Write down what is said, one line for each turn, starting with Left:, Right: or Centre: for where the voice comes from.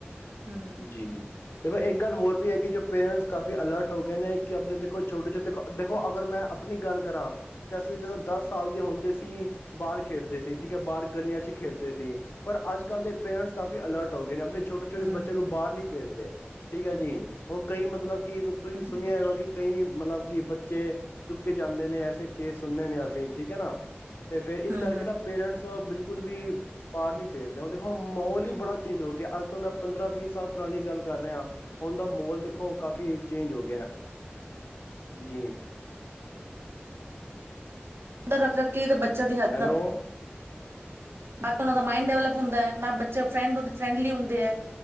Right: ਹੂੰ
Left: ਜੀ। ਦੇਖੋ ਇੱਕ ਗੱਲ ਹੋਰ ਵੀ ਹੈਗੀ ਜੋ ਪੇਰੈਂਟਸ ਕਾਫ਼ੀ ਅਲਰਟ ਹੋ ਗਏ ਨੇ, ਕਿ ਆਪਣੇ ਦੇਖੋ ਛੋਟੇ-ਛੋਟੇ ਦੇਖੋ, ਦੇਖੋ ਅਗਰ ਮੈਂ ਆਪਣੀ ਗੱਲ ਕਰਾਂ ਤਾਂ ਅਸੀਂ ਜਦੋਂ ਦਸ ਸਾਲ ਦੇ ਹੁੰਦੇ ਸੀ, ਬਾਹਰ ਖੇਡਦੇ ਸੀ ਠੀਕ ਹੈ, ਬਾਹਰ ਗਲੀਆਂ ਚ ਖੇਡਦੇ ਸੀ, ਪਰ ਅੱਜ ਕੱਲ੍ਹ ਦੇ ਪੇਰੈਂਟਸ ਕਾਫ਼ੀ ਅਲਰਟ ਹੋ ਗਏ ਨੇ ਆਪਣੇ ਛੋਟੇ-ਛੋਟੇ
Right: ਹਮ।
Left: ਬੱਚੇ ਨੂੰ ਬਾਹਰ ਨਹੀਂ ਭੇਜਦੇ, ਠੀਕ ਹੈ ਜੀ, ਹੁਣ ਕਈ ਮਤਲਬ ਕੀ ਤੁਸੀਂ
Right: ਹੂੰ
Left: ਸੁਣਿਆ ਹੋਗਾ ਕਿ ਕਈ ਮਤਲਬ ਕਿ ਬੱਚੇ ਚੁੱਕੇ ਜਾਂਦੇ ਨੇ, ਐਸੇ ਕੇਸ ਸੁਣਣੇ ਨੇ ਅਸੀਂ, ਠੀਕ ਹੈ ਨਾ। ਤੇ ਫੇਰ ਇਸ
Right: ਹੂੰ
Left: ਕਰਕੇ
Right: ਹੂੰ
Left: ਨਾ ਪੇਰੈਂਟਸ ਤ ਬਿਲਕੁਲ ਵੀ ਬਾਹਰ ਨੀ ਭੇਜਦੇੁ, ਹੁੰਣ ਦੇਖੋ ਮਾਹੌਲ ਹੀ ਬੜਾ ਚੇਂਜ ਹੋ ਗਿਆ, ਅੱਜ ਤੋਂ ਮੈਂ ਪੰਦਰਾਂ, ਵੀਹ ਸਾਲ ਪੁਰਾਣੀ ਗੱਲ ਕਰ ਰਹੇ ਹਾਂ, ਹੁਣ ਦਾ ਮਾਹੌਲ ਦੇਖੋ ਕਾਫ਼ੀ ਚੇਂਜ ਹੋ ਗਿਆ। ਜੀ।
Right: ਅੰਦਰ ਰੱਖ-ਰੱਖ ਕੇ ਇਹਦੇ ਬੱ ਬੱਚਿਆਂ ਦੀ ਹੈਲਥ
Left: ਹੈਲੋ
Right: ਨਾਲ ਨਾ ਤੇ ਉਹਨਾਂ ਦਾ ਮਾਇੰਡ ਡਿਵਲਪ ਹੁੰਦਾ ਹੈ, ਨਾ ਬ ਚਾ ਫਰੈਂਡ ਓਦੇ ਫਰੈਂਡਲੀ ਹੁੰਦੇ ਹੈ,